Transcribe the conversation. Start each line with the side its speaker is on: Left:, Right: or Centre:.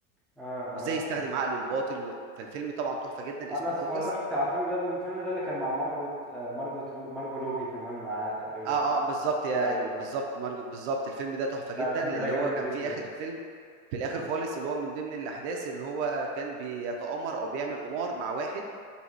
Centre: اه
Right: وازاي
Centre: اه
Right: يستخدم
Centre: اه
Right: عقله الباطل و... فالفيلم طبعا تحفة جدا
Centre: انا
Right: اسمه
Centre: اتفرجت
Right: فوكس
Centre: على الفيلم ده الفيلم ده اللي كان مع مارجوت آه مارجوت رو... مارجو روبي كمان معاه تقريبا
Right: اه اه بالظبط يا
Centre: ايوه
Right: ال- بالظبط مرجو بالظبط الفيلم ده تحفة
Centre: لا
Right: جدا
Centre: الفيلم
Right: اللي
Centre: ده جامد
Right: هو كان
Centre: جدا
Right: فيه آخر الفيلم في الآخر
Centre: مم.
Right: خالص اللي هو من ضمن الأحداث اللي هو كان بيتآمر او بيعمل قمار مع واحد